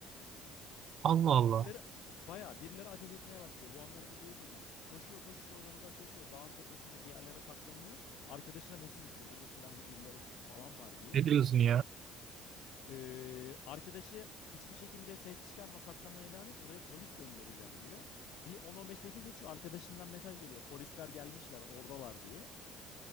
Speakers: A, on the right; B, on the left.
A: Allah Allah.
B: Birileri bayağı birileri ateş etmeye başlıyor. Bu anları videoya çekmiş. Koşuyor koşuyor oradan uzaklaşıyor. Dağın tepesinde bir yerlere saklanıyor. Arkadaşına mesaj atıyor. Burada silahlı birileri falan var diye.
A: Ne diyorsun ya?
B: Ee, arkadaşı hiçbir şekilde ses çıkarma saklamaya devam et. Oraya polis göndereceğim diyor. Bir on on beş dakika geçiyor. Arkadaşından mesaj geliyor. Polisler gelmişler oradalar diye.